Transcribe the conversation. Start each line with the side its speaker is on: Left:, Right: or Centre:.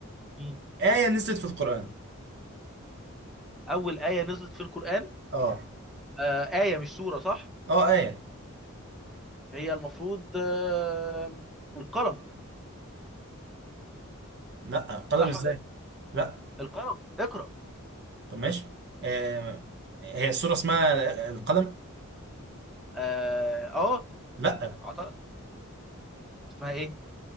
Centre: مم.
Right: ايه نزلت في القران
Centre: اول ايه نزلت في القران
Right: اه
Centre: آه ايه مش سوره صح
Right: اه ايه
Centre: هي المفروض آه القلم
Right: لا قلم
Centre: صح
Right: ازاي
Centre: ولا ايه
Right: لا
Centre: القلم اقرا
Right: طب ماشي آه هي السوره اسمها القلم
Centre: اه آه،
Right: لا
Centre: اعتقد اسمها ايه